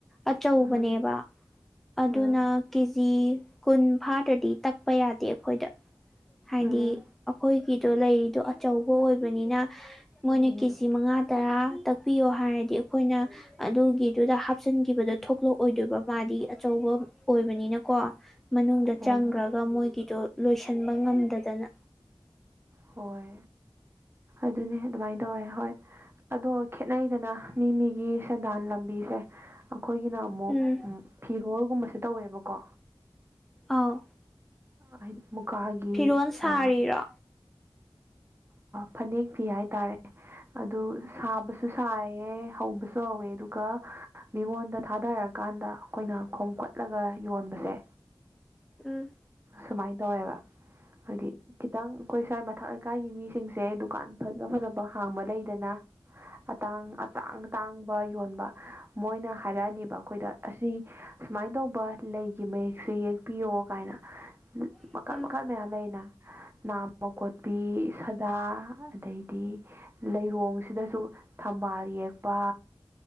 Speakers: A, in the centre; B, on the right (about 25°).
A: ꯑꯆꯧꯕꯅꯦꯕ
B: ꯎꯝ
A: ꯑꯗꯨꯅ
B: ꯎꯝ
A: ꯀꯦꯖꯤ ꯀꯨꯟ ꯐꯥꯗ꯭ꯔꯗꯤ ꯇꯛꯄ ꯌꯥꯗꯦ ꯑꯈꯣꯏꯗ ꯍꯥꯏꯗꯤ
B: ꯎꯝ
A: ꯑꯈꯣꯏꯒꯤꯗꯣ ꯂꯩꯔꯤꯗꯣ ꯑꯆꯧꯕ ꯑꯣꯏꯕꯅꯤꯅ ꯃꯣꯏꯅ
B: ꯎꯝ
A: ꯀꯦꯖꯤ ꯃꯉꯥ ꯇꯔꯥ ꯇꯛꯄꯤꯌꯣ ꯍꯥꯏꯔꯗꯤ ꯑꯩꯈꯣꯏꯅ ꯑꯗꯨꯒꯤꯗꯨꯗ ꯍꯥꯞꯆꯤꯟꯒꯤꯕꯗ
B: ꯎꯝ
A: ꯊꯣꯛꯂꯛꯑꯣꯏꯗꯣꯏꯕ ꯃꯥꯗꯤ ꯑꯆꯧꯕ ꯑꯣꯏꯕꯅꯤꯅꯀꯣ ꯃꯅꯨꯡꯗ
B: ꯍꯣꯏ
A: ꯆꯪꯈ꯭ꯔꯒ
B: ꯍꯣꯏ
A: ꯃꯣꯏꯒꯤꯗꯣ ꯂꯣꯏꯁꯤꯟꯕ ꯉꯝꯗꯗꯅ
B: ꯍꯣꯏ ꯑꯗꯨꯅꯤ ꯑꯗꯨꯃꯥꯏꯅ ꯇꯧꯋꯦ ꯍꯣꯏ ꯑꯗꯣ ꯈꯦꯠꯅꯩꯗꯅ ꯃꯤ ꯃꯤꯒꯤ ꯁꯦꯟꯗꯥꯟ ꯂꯝꯕꯤꯁꯦ ꯑꯩꯈꯣꯏꯒꯤꯅ ꯑꯃꯨꯛ
A: ꯎꯝ
B: ꯎ ꯐꯤꯔꯣꯜꯒꯨꯝꯕꯁꯦ ꯇꯧꯋꯦꯕꯀꯣ
A: ꯑꯥꯎ
B: ꯍꯥꯏꯗꯤ ꯃꯨꯀꯥꯒꯤ
A: ꯐꯤꯔꯣꯜ ꯁꯥꯔꯤꯔꯣ
B: ꯑ ꯐꯅꯦꯛ ꯐꯤ ꯍꯥꯏꯇꯥꯔꯦ ꯑꯗꯨ ꯁꯥꯕꯁꯨ ꯁꯥꯏꯌꯦ ꯍꯧꯕꯁꯨ ꯍꯧꯋꯦ ꯑꯗꯨꯒ ꯃꯤꯉꯣꯟꯗ ꯊꯥꯗꯔꯀꯥꯟꯗ ꯑꯩꯈꯣꯏꯅ ꯈꯣꯝꯀꯠꯂꯒ ꯌꯣꯟꯕꯁꯦ
A: ꯎꯝ
B: ꯁꯨꯃꯥꯏꯅ ꯇꯧꯋꯦꯕ ꯍꯥꯏꯗꯤ ꯈꯤꯇꯪ ꯑꯩꯈꯣꯏ ꯁ꯭ꯋꯥꯏ ꯃꯊꯛ ꯂꯩꯀꯥꯏꯒꯤ ꯃꯤꯁꯤꯡꯁꯦ ꯗꯨꯀꯥꯟ ꯐꯖ ꯐꯖꯕ ꯍꯥꯡꯕ ꯂꯩꯗꯅ ꯑꯇꯥꯡ ꯑꯇꯥꯡꯇꯥꯡꯕ ꯌꯣꯟꯕ ꯃꯣꯏꯅ ꯍꯥꯏꯔꯛꯑꯅꯤꯕ ꯑꯩꯈꯣꯏꯗ ꯑꯁꯤ ꯁꯨꯃꯥꯏꯅ ꯇꯧꯕ ꯂꯩꯒꯤ ꯃꯌꯦꯛꯁꯦ ꯌꯦꯛꯄꯤꯌꯣ ꯀꯥꯏꯅ
A: ꯑꯗꯣ
B: ꯃꯈꯜ ꯃꯈꯜ ꯃꯌꯥꯝ ꯂꯩꯅ ꯅꯥꯕ ꯀꯣꯠꯄꯤ ꯁꯥꯗꯥ ꯑꯗꯩꯗꯤ ꯂꯩꯔꯣꯡꯁꯤꯗꯁꯨ ꯊꯝꯕꯥꯜ ꯌꯦꯛꯄ